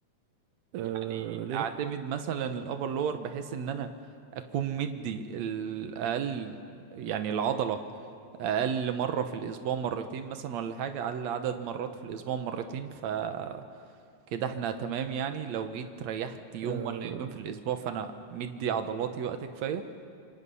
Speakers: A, on the right; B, on the right.
A: آه
B: يعني
A: ليه
B: اعتمد
A: لا
B: مثلا الابر لور بحيث ان انا اكون مدي الاقل يعني العضله اقل مره في الاسبوع مرتين مثلا ولا حاجه اقل عدد مرات في الاسبوع مرتين فكده احنا تمام يعني لو جيت ريحت يوم
A: آه.
B: ولا يومين في الاسبوع فانا مدي عضلاتي وقت كفايه